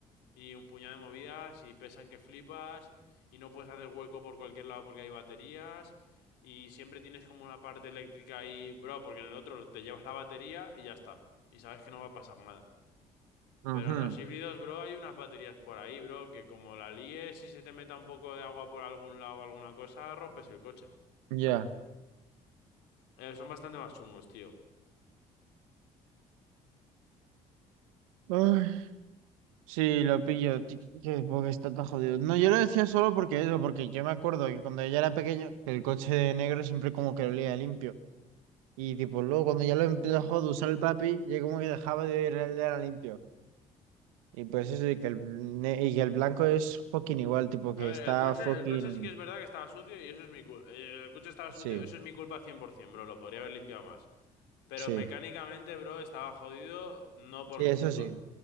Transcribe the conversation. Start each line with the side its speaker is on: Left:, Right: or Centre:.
Left: y un puñado de movidas y pesan que flipas y no puedes hacer hueco por cualquier lado porque hay baterías y siempre tienes como una parte eléctrica ahí, bro, porque en el otro te llevas la batería y ya está y sabes que no va a pasar nada.
Right: ujú,
Left: Pero en los híbridos, bro, hay unas baterías por ahí, bro, que como la líes y se te meta un poco de agua por algún lado o alguna cosa, rompes el coche.
Right: Ya.
Left: Eh, son bastante más chungos, tío.
Right: Ay, Sí, lo pillo, ti- que- porque está tan jodido. No, yo lo decía solo porque eso, porque yo me acuerdo que cuando yo era pequeño, que el coche de negro siempre como que olía limpio. Y tipo, luego cuando ya lo empezó de usar el papi, ya como que dejaba de oler el de era limpio. Y pues eso, y que el, ne- y que el blanco es fucking igual, tipo
Left: A
Right: que
Left: ver,
Right: está
Left: el coche,
Right: fucking...
Left: el coche sí que es verdad que estaba sucio y eso es mi culpa. El coche estaba sucio,
Right: Sí,
Left: eso es mi culpa 100%, bro. Lo podría haber limpiado más. Pero
Right: sí,
Left: mecánicamente, bro, estaba jodido no por
Right: sí,
Left: mi
Right: eso
Left: culpa.
Right: sí.